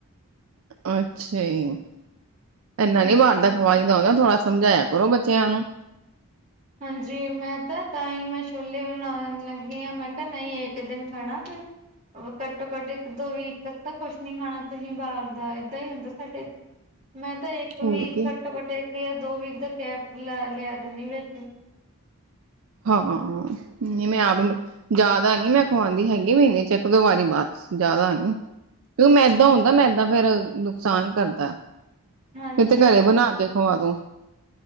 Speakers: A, on the right; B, on the right.
A: ਅੱਛਾ ਜੀ, ਇਨਾ
B: ਹਾਂਜੀ।
A: ਨੀ ਬਾਹਰ ਦਾ ਖਵਾਈ। ਇਹਨੂੰ ਥੋੜਾ ਸਮਝਾਇਆ ਕਰੋ ਬੱਚਿਆਂ ਨੂੰ।
B: ਹਾਂਜੀ, ਮੈਂ ਤਾਂ ਤਾਂ ਹੀ ਮੈਂ ਛੋਲੇ ਬਣਾਉਣ ਲੱਗੀ ਹਾਂ ਮੈਂ ਕਿਹਾ ਨਹੀਂ ਇੱਕ ਦਿਨ ਖਾਣਾ ਫਿਰ ਘੱਟੋ-ਘੱਟ ਇੱਕ-ਦੋ ਵੀਕ ਤੱਕ ਤਾਂ ਕੁਛ ਨੀ ਖਾਣਾ ਤੁਸੀਂ ਬਾਹਰ ਦਾ ਏਦਾਂ ਹੀ ਹੁੰਦਾ ਸਾਡੇ ਮੈਂ ਤਾਂ ਇੱਕ
A: ਹੋਰ
B: ਵੀਕ
A: ਕੀ
B: ਘੱਟੋ-ਘੱਟ ਇੱਕ ਜਾਂ ਦੋ ਵੀਕ ਦਾ ਗੈਪ ਲਾ ਲਿਆ ਦਿੰਦੀ ਹਾਂ ਵਿਚ ਹੂੰ।
A: ਹਾਂ, ਨੀ ਮੈਂ ਆਪ ਜ਼ਿਆਦਾ ਨੀ ਮੈਂ ਖਵਾਉਂਦੀ ਹੈਗੀ ਮਹੀਨੇ ਚ ਇੱਕ-ਦੋ ਵਾਰੀ ਬਸ ਜਿਆਦਾ ਨੀ। ਦੇਖੋ, ਮੈਦਾ
B: ਹਾਂਜੀ
A: ਹੁੰਦਾ ਮੈਦਾ ਫੇਿਰ ਨੁਕਸਾਨ ਕਰਦਾ।
B: ਹਾਂਜੀ
A: ਫਿਰ ਤੇ ਘਰੇ
B: ਇਹ ਤਾਂ
A: ਬਣਾ
B: ਹੈ
A: ਕੇ ਖਵਾਦੋ।